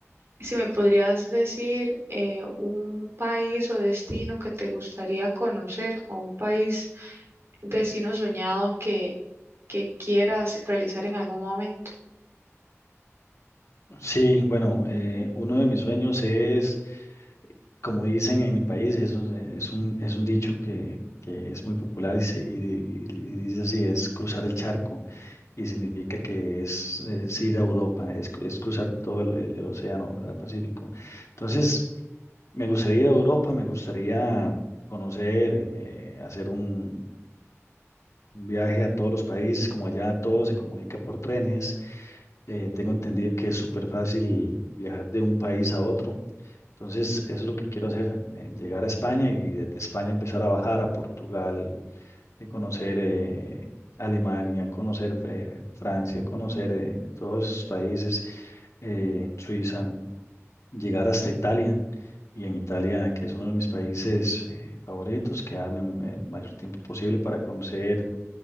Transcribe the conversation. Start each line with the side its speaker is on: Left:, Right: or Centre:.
Right: si me podrías decir eh, un país o destino que te gustaría conocer o un país, destino soñado que, que quieras realizar en algún momento.
Left: Sí, bueno, eh, uno de mis sueños es, como dicen en mi país, y eso es, es un, es un dicho que, que es muy popular y, se, y, di- y dice así, es cruzar el charco y significa que es, es ir a Europa, es, es cruzar todo el, el- el océano, el Pacífico. Entonces, me gustaría ir a Europa, me gustaría conocer, eh, hacer un, un viaje a todos los países, como allá todo se comunica por trenes. eh, tengo entendido que es súper fácil viajar de un país a otro. Entonces, eso es lo que quiero hacer, eh, llegar a España y desde España empezar a bajar a Portugal, eh, conocer eh, Alemania, conocer eh, Francia, conocer eh, todos esos países, eh, Suiza, llegar hasta Italia. Y en Italia, que es uno de mis países eh, favoritos, quedarme el mayor tiempo posible para conocer